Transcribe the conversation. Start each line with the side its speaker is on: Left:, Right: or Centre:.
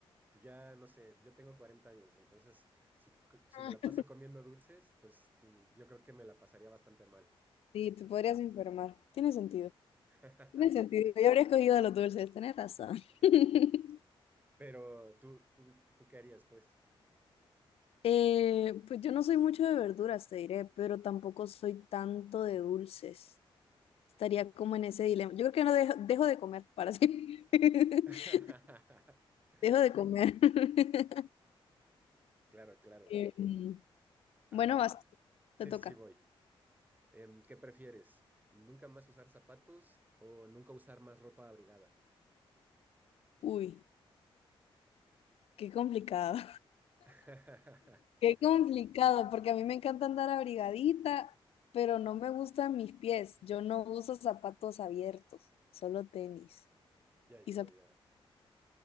Right: Ya, no sé, yo tengo 40 años, entonces si, c- si
Left: Ah.
Right: me la paso comiendo dulces, pues mm, yo creo que me la pasaría bastante mal.
Left: Sí, te podrías enfermar. Tiene sentido.
Right: <laughs>
Left: Tiene sentido. Yo habría escogido los dulces, tenés razón. <laughs>
Right: Pero tú, tú, ¿tú qué harías, pues?
Left: Eh, pues yo no soy mucho de verduras, te diré, pero tampoco soy tanto de dulces. Estaría como en ese dilema. Yo creo que no dejo, dejo de comer para siempre. <laughs>
Right: <laughs>
Left: Dejo de comer. <laughs>
Right: Claro, claro.
Left: Em,
Right: A
Left: bueno,
Right: ver,
Left: vas, te
Right: sí,
Left: toca.
Right: sí, sí, voy. Em, ¿qué prefieres? ¿Nunca más usar zapatos o nunca usar más ropa abrigada?
Left: Uy, qué complicado.
Right: <laughs>
Left: Qué complicado, porque a mí me encanta andar abrigadita, pero no me gustan mis pies. Yo no uso zapatos abiertos, solo tenis
Right: Ya, ya,
Left: y zapatos.
Right: ya.